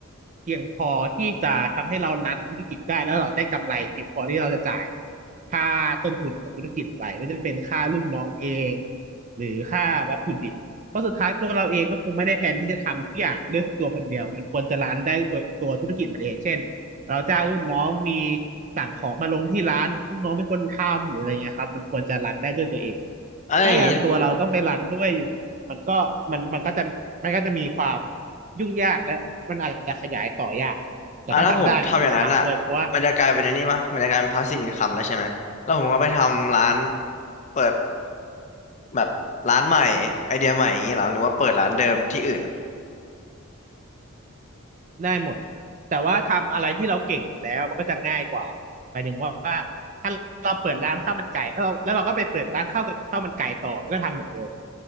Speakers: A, on the right (about 35°); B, on the left (about 35°).
A: เพียงพอที่จะทำให้เรารันธุรกิจได้แล้วเราได้กำไรเพียงพอที่เราจะจ่ายค่าต้นทุนของธุรกิจไหวไม่ว่าจะเป็นค่าลูกน้องเองหรือค่าวัตถุดิบเพราะสุดท้ายตัวเราเองก็คงไม่ได้แผนที่จะทำทุกอย่างด้วยทุกตัวคนเดียวมันควรจะรันได้ด้วยตัวตัวธุรกิจมันเองเช่น เราจ้างลูกน้องมีสั่งของมาลงที่ร้านลูกน้องเป็นคนทำหรืออะไรเงี้ยครับมันควรจะรันได้ด้วยตัวเอง
B: อะไรอย่างงี้
A: ถ้าอย่างตัวเราต้องไปรันด้วยอยู่มันก็มันมันก็จะมันก็จะมีความยุ่งยากและมันอาจจะขยายต่อยากแต่ก็ทำได้นะมันควรจะทำด้วยเพราะว่า
B: อ่ะถ้าผมทำอย่างนั้นอะมันจะกลายเป็นอันนี้ปะมันจะกลายเป็นพาสซีฟอินคัมแล้วใช่ไหมแล้วผมก็ไปทำร้านเปิดแบบร้านใหม่ไอเดียใหม่อย่างงี้เหรอหรือว่าเปิดร้านเดิมที่อื่น
A: ได้หมดแต่ว่าทำอะไรที่เราเก่งอยู่แล้วมันก็จะง่ายกว่าหมายถึงว่าถ้าเราเปิดร้านข้าวมันไก่แล้วเราแล้วเราก็ไปเปิดร้านข้าวกันข้าวมันไก่ต่อมันก็ทำเหมือนเดิม